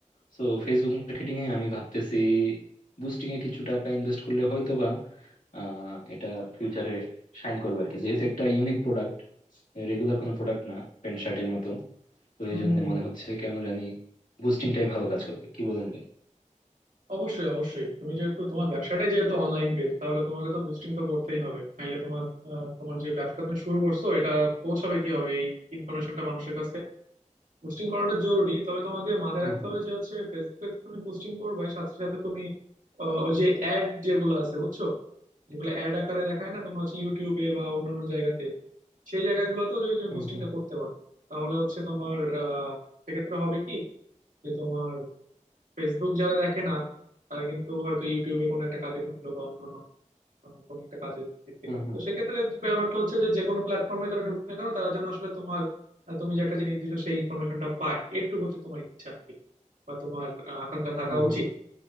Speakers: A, on the left; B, on the right.
A: সো ফেসবুক মার্কেটিং এ আমি ভাবতেছি বুস্টিং এ কিছু টাকা ইনভেস্ট করলে হয়তো বা আহ, এটা ফিউচারে শাইন করবে আর কি যেহেতু একটা ইউনিক প্রোডাক্ট রেগুলার কোনো প্রোডাক্ট না প্যান্ট শার্টের মতো তো
B: হুম
A: এই জন্য
B: হুম
A: মনে
B: হুম
A: হচ্ছে কেন জানি বুস্টিংটাই ভালো কাজ করবে কি বলেন ভাই
B: অবশ্যই অবশ্যই তুমি যেহেতু তোমার ব্যবসাটাই যেহেতু অনলাইন বেস তাহলে তোমাকে তো বুস্টিং তো করতেই হবে নাহলে তোমার আহ, তোমার যে ব্যবসাটা তুমি শুরু করছো এটা পৌঁছাবে কিভাবে এই ইনফরমেশনটা মানুষের কাছে বুস্টিং করাটা জরুরি তবে তোমাকে মাথায়
A: হুম
B: রাখতে
A: হুম
B: হবে যে হচ্ছে ফেসবুকে তো তুমি বুস্টিং করবাই সাথে সাথে তুমি আহ, ওই যে অ্যাড যেগুলো আছে বুঝছো যেগুলো অ্যাড আকারে দেখায় না তোমার হচ্ছে ইউটিউবে বা অন্যান্য জায়গাতে সেই জায়গাগুলোতেও যদি তুমি
A: হুম
B: বুস্টিংটা
A: হুম
B: করতে পারো তাহলে হচ্ছে তোমার আহ সেক্ষেত্রে হবে কি যে তোমার ফেসবুক যারা দেখে না তারা কিন্তু হয়তো ইউটিউবে কোনো একটা কাজে ঢুকলো বা অন্যান্য আহ, কোনো একটা কাজে ভিত্তি
A: হুম
B: করে তো সেক্ষেত্রে যে ব্যাপারটা হচ্ছে যে যে কোনো প্ল্যাটফর্মে তারা ঢুকবে না কেন তারা যেন আসলে তোমার আহ, তুমি যে একটা জিনিস দিচ্ছ সেই ইনফরমেশনটা পায় একটু হচ্ছে তোমার ইচ্ছা আর কি বা তোমার আহ, আকাঙ্ক্ষা থাকা
A: হুম হুম
B: উচিত